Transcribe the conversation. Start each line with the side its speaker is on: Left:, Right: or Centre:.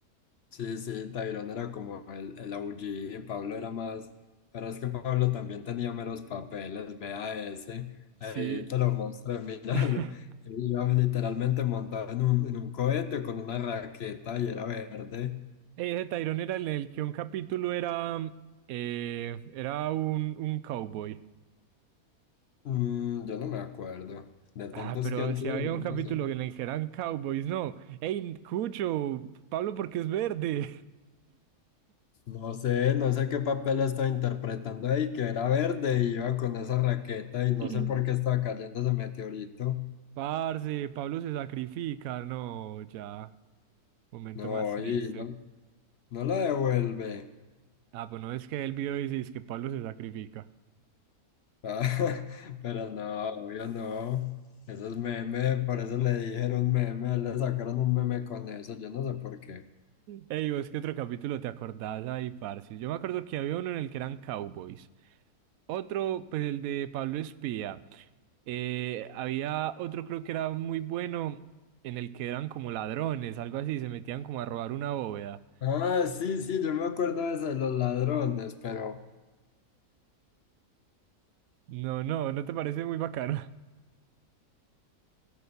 Left: Sí, sí, Tyrone era como el, el OG, y Pablo era más, pero es que Pablo también tenía meros papeles, vea ese,
Right: Sí.
Left: ahí te lo mostré, <laughs> míralo.
Right: <laughs>
Left: Iba literalmente montado en un, en un cohete con una raqueta y era verde.
Right: Ese Tyrone era en el que un capítulo era, mm, eh, era un, un cowboy.
Left: Mm, yo no me acuerdo. De
Right: Ah,
Left: tantos
Right: pero
Left: que han
Right: si
Left: sido,
Right: había
Left: yo
Right: un capítulo
Left: no sé.
Right: en el que eran cowboys, no. Ey, Cucho, Pablo porque es verde.
Left: No sé, no sé qué papel estaba interpretando ahí, que era verde y iba con esa raqueta y no
Right: <laughs>
Left: sé por qué estaba cayendo ese meteorito.
Right: Parce, Pablo se sacrifica, no, ya. Momento
Left: No,
Right: más triste.
Left: y no, no la devuelve.
Right: Ah, pues no es que el video dice es que Pablo se sacrifica.
Left: Ah, <laughs> pero no, obvio no. Eso es meme, por eso le dijeron meme, le sacaron un meme con eso, yo no sé por qué.
Right: Ey, vos, ¿qué otro capítulo te acordás ahí, parce? Yo me acuerdo que había uno en el que eran cowboys. Otro, pues el de Pablo Espía. Eh, había otro, creo que era muy bueno, en el que eran como ladrones, algo así, se metían como a robar una bóveda.
Left: Ah, sí, sí, yo me acuerdo de ese, los ladrones, pero
Right: No, no, ¿no te parece muy bacano?